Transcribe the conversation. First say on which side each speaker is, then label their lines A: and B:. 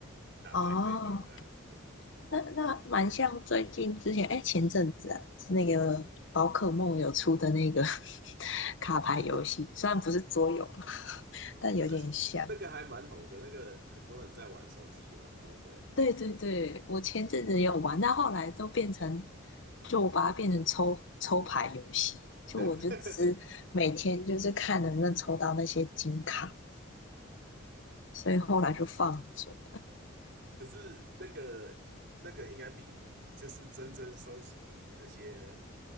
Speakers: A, on the right; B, on the left.
A: 打败对方这样子。
B: 哦，那那蛮像最近之前，哎，前阵子啊，是那个宝可梦有出的那个 <laughs> 卡牌游戏，
A: <laughs>
B: 虽然不是桌游，但有点像。
A: 可是那个还蛮红的，那个很多人在玩手机嘛，对不对？
B: 对对对，我前阵子也有玩，但后来都变成，就我把它变成抽抽牌游戏，就我就只每天就是看能不能抽到那些金卡，
A: <laughs> 对
B: 所以后来就放着。
A: 可是那个那个应该比就是真正收集那些